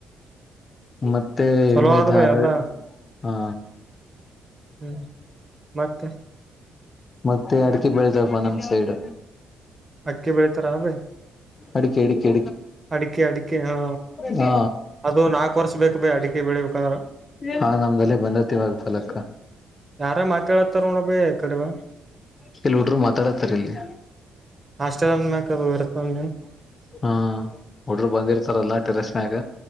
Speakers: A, on the left (about 35°); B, on the right (about 30°).
A: ಮತ್ತೆ
B: ಚಲೋ
A: ಎಮ್ಮಿದ
B: ಆದ್ವಿ
A: ಹಾಲ
B: ಎಲ್ಲಾ
A: ಹಾ
B: ಹ್ಮ್ ಮತ್ತೆ
A: ಮತ್ತೆ ಅಡಕೆ ಬೆಳಿತಪ್ಪ ನಮ ಸೈಡ್
B: ಅಕ್ಕಿ ಬೆಳೀತಾರ ಅ ಬೈ
A: ಅಡಿಕೆ ಅಡಿಕೆ
B: ಅಡಿಕೆ ಅಡಿಕೆ ಹಾ
A: ಹಾ
B: ಅದು ನಾಲ್ಕು ವರ್ಷ ಬೇಕ ಬಿ ಅಡಿಕೆ ಬೆಳಿಬೇಕಂದ್ರ
A: ಹಾ ನಮ್ದಲ್ಲಿ ಬಂದತಿ ಇವಾಗ ಫಲಕ್ಕ
B: ಯಾರ ಮಾತಾಡತ್ತಾರ ನೋಡ ಬಿ ಈ ಕಡೆ ಬಾ
A: ಕೆಲ್ ಹುಡರು ಮಾತಾಡಾಕತಾರೆ ಇಲ್ಲಿ
B: ಹಾಸ್ಟೆಲ್ ಅನ್ಮ್ಯಾಕ್ <unintelligible>
A: ಹ್ಮ ಹುಡರು ಬಂದಿರ್ತಾರಲ್ಲಾ ಟೆರಸ್ ಮ್ಯಾಗ